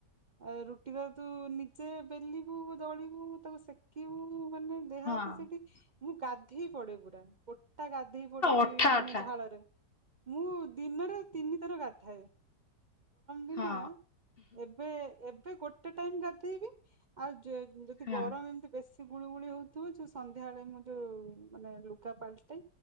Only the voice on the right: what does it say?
ଆଉ ରୁଟି ତ ତୁ ନିଜେ ବେଲିବୁ ଦଳିବୁ ତାକୁ ସେକିବୁ ମାନେ ଦେହ
ହାତ ସେଠି ମୁଁ ଗାଧେଇ ପଡେ ପୁରା ତା ଗାଧେଇ ପଡିବି
ମାନେ
ଝାଳରେ ମୁଁ ଦିନରେ ତିନିଥର ଗାଧାଏ ଦିନ
ଏବେ ଏବେ ଗୋ ଗୋଟେ ଟାଇମ ଗାଧେଇବି ଆଉ ଯଦି
ଗରମ ଏମିତି ବେଶୀ ଗୁଳୁ ଗୁଳି ହଉଥିବ ଯୋଉ ସନ୍ଧ୍ୟାବେଳେ ମୁଁ ଯୋଉ ମାନେ ଲୁଗା ପାଲଟେ